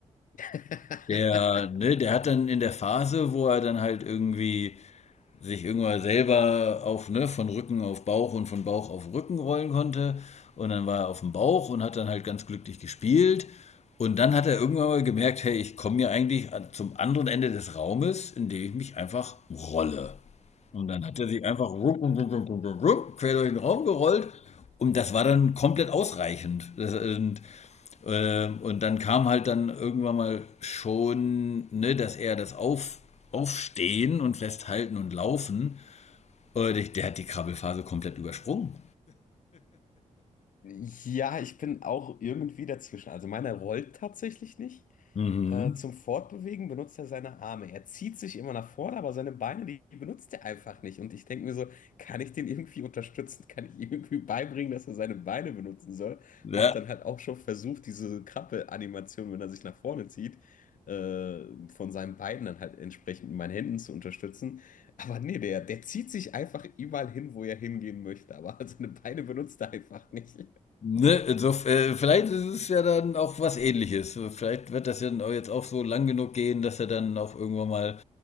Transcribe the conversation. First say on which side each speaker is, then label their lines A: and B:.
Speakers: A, on the left (about 85°); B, on the left (about 55°).
A: <laughs>
B: Der, ne, der hat dann in der Phase, wo er dann halt irgendwie sich irgendwann selber auf, ne, von Rücken auf Bauch und von Bauch auf Rücken rollen konnte. Und dann war er auf dem Bauch und hat dann halt ganz glücklich gespielt. Und dann hat er irgendwann mal gemerkt, hey, ich komme ja eigentlich zum anderen Ende des Raumes, indem ich mich einfach rolle. Und dann hat er sich einfach rup, rup, rup, rup, rup, quer durch den Raum gerollt und das war dann komplett ausreichend. Das, und, äh, und dann kam halt dann irgendwann mal schon, ne, dass er das auf, Aufstehen und Festhalten und Laufen, äh, der, der hat die Krabbelphase komplett übersprungen.
A: Ja, ich bin auch irgendwie dazwischen. Also meiner rollt tatsächlich nicht.
B: Mhm.
A: Äh, zum Fortbewegen benutzt er seine Arme. Er zieht sich immer nach vorne, aber seine Beine, die benutzt er einfach nicht. Und ich denke mir so, kann ich den irgendwie unterstützen? <laughs> Kann ich ihm irgendwie beibringen, dass er seine Beine benutzen soll?
B: Ja,
A: Hab dann halt auch schon versucht, diese Krabbel-Animation, wenn er sich nach vorne zieht, äh, von seinen Beinen dann halt entsprechend mit meinen Händen zu unterstützen. Aber nee, der, der zieht sich einfach überall hin, wo er hingehen möchte. Aber <laughs> seine Beine benutzt er einfach nicht.
B: Ne, insof- äh, vielleicht ist es ja dann auch was Ähnliches. Vielleicht wird das ja dann auch jetzt auch so lang genug gehen, dass er dann auch irgendwann mal